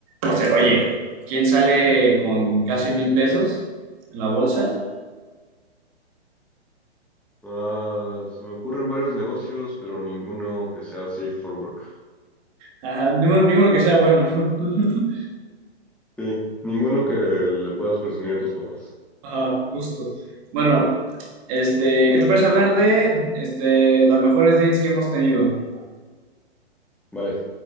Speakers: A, on the right; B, in the centre.
A: o sea, oye, ¿quién sale con casi mil pesos en la bolsa?
B: Ah, se me ocurren varios negocios, pero ninguno que sea safe for work.
A: Ajá, ninguno, ninguno que sea bueno. <laughs>
B: Sí, ninguno que le puedas presumir a tus papás.
A: Ajá, justo. Bueno, este, ¿qué te parece hablar de este, las mejores dates que hemos tenido?
B: Vale,